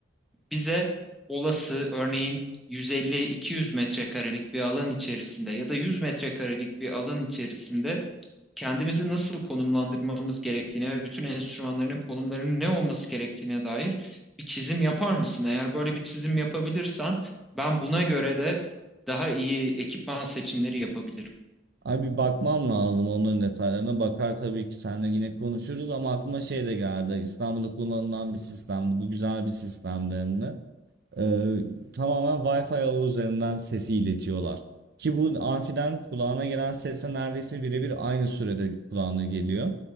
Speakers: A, in the centre; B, on the right (about 60°).
A: bize olası örneğin 150-200 metrekarelik bir alan içerisinde ya da 100 metrekarelik bir alan içerisinde kendimizi nasıl konumlandırmamız gerektiğine ve bütün enstrümanların konumlarının ne olması gerektiğine dair bir çizim yapar mısın? Eğer böyle bir çizim yapabilirsen ben buna göre de daha iyi ekipman seçimleri yapabilirim.
B: Ay bir bakmam lazım onların detaylarına. Bakar tabii ki seninle yine konuşuruz ama aklıma şey de geldi. İstanbul'da kullanılan bir sistemdi. Bu güzel bir sistemdi hem de. Ee, tamamen Wi-Fi ağı üzerinden sesi iletiyorlar. Ki bu amfiden kulağına gelen sesle neredeyse birebir aynı sürede kulağına geliyor.